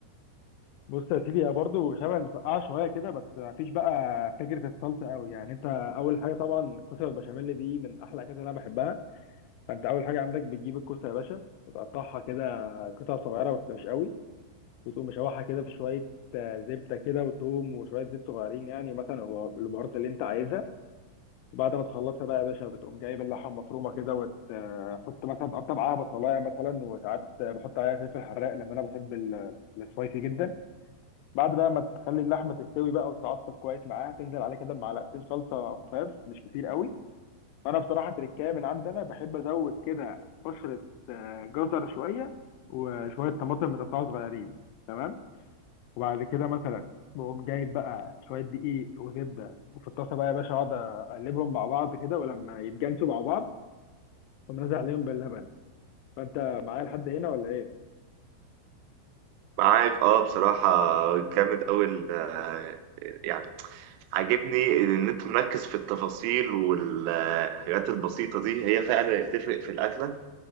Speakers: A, on the left; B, on the right.
A: بص يا سيدي هي برضو شبه المسقعه شويه كده بس ما فيش بقى فكره الصلصه قوي يعني انت اول حاجه طبعا الكوسه بالبشاميل دي من احلى الاكلات اللي انا بحبها فانت اول حاجه عندك بتجيب الكوسه يا باشا وتقطعها كده قطع صغيره بس مش قوي وتقوم مشوحها كده في شويه آه، زبده كده وتوم وشويه زيت صغيرين يعني مثلا البهارات اللي انت عايزها وبعد ما تخلصها بقى يا باشا بتقوم جايب اللحمه المفرومه كده وتحط مثلا تقطع معاها بصلايه مثلا وساعات بحط عليها فلفل حراق لان انا بحب ال- السبايسي جدا بعد بقى ما تخلي اللحمه تستوي بقى وتتعصب كويس معاها تنزل عليها كده بمعلقتين صلصه خفاف مش كتير قوي فانا بصراحه تركايه من عندنا بحب ازود كده قشره آه، جزر شويه وشويه طماطم متقطعه صغيرين تمام وبعد كده مثلا بقوم جايب بقى شويه دقيق وزبده وفي الطاسه بقى يا باشا اقعد اقلبهم مع بعض كده ولما يتجانسوا مع بعض اقوم نازل عليهم باللبن فانت معايا لحد هنا ولا ايه؟
B: معاك اه بصراحة جامد أوي ال- آه، يعني عاجبني إن أنت مركز في التفاصيل والحاجات البسيطة دي هي فعلا بتفرق في الأكلة